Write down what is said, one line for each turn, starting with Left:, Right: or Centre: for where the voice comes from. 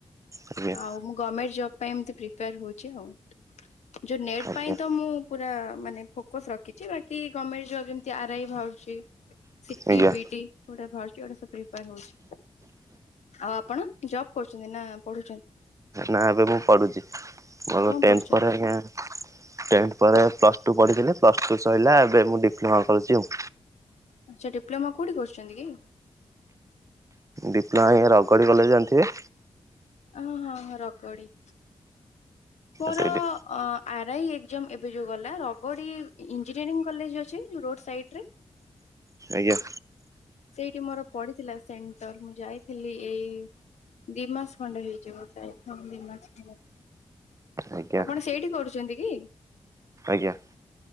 Right: ଆଜ୍ଞା
Left: ଆଉ ମୁଁ ଗର୍ମେଣ୍ଟ ଜବ୍ ପାଇଁ ମୁଁ ତ ପ୍ରିପାୟାର ହଉଛି ଆଉ ଯଉ ନେଟ୍
Right: ଆଜ୍ଞା
Left: ପାଇଁ ତ ମୁଁ ପୁର ମାନେ ଫୋକସ୍ ରଖିଛି ବାକି ଗମେଣ୍ଟ୍ ଜବ୍ ଯେମିତି ଆରାଇ ଭାରୁଚି। ସିଟି,
Right: ଆଜ୍ଞା।
Left: ବିଡ଼ି ଏଗୁଡା ବାହାରୁଛି ଏଗୁଡା ସବୁ ପ୍ରିପାର ହଉଛି। ଆଉ ଆପଣ ଜବ୍ କରୁଛନ୍ତି ନା ପଢୁଛନ୍ତି?
Right: ନାଁ ଏବେ ମୁଁ ପଢ଼ୁଛି ମୋର
Left: କଣ
Right: ଟେନ୍ଥ
Left: ପଢୁଛନ୍ତି?
Right: ପରେ ଆଜ୍ଞା। ଟେନ୍ଥ ପରେ ପ୍ଲସ୍ ଟୁ ପଢ଼ିଥିଲି ପ୍ଲସ ଟୁ ସଇଲା ଏବେ ମୁଁ ଡିପ୍ଲୋମା କରୁଛି ଆଉ।
Left: ଆଚ୍ଛା ଡିପ୍ଲୋମା କୋଉଠି କରୁଛନ୍ତି କି?
Right: ଡିପ୍ଲୋମା ଏଇ ରଗଡ଼ି କଲେଜ୍ ଜାଣିଥିବେ?
Left: ଓ ହଁ ହଁ ରଗଡି। ମୋର
Right: ସେଇଠି
Left: ଅ ଆରଆଇ ଏକ୍ଜାମ୍ ଏବେ ଯୋଉ ଗଲା ରଗଡି ଇଞ୍ଜିନିୟରିଙ୍ଗ୍ କଲେଜ୍ ଅଛି ଯୋଉ ରୋଡ ସାଇଟ୍ ରେ?
Right: ଆଜ୍ଞା।
Left: ସେଇଠି ମୋର ପଡିଥିଲା ସେଣ୍ଟର ମୁଁ ଯାଇଥିଲି ଏଇ ଦି ମାସ ଖଣ୍ଡେ ହେଇଯିବ <unintelligible> ଦି ମାସ ଖଣ୍ଡେ
Right: ଆଜ୍ଞା
Left: ଆପଣ ସେଇଠି କରୁଛନ୍ତି କି?
Right: ଆଜ୍ଞା।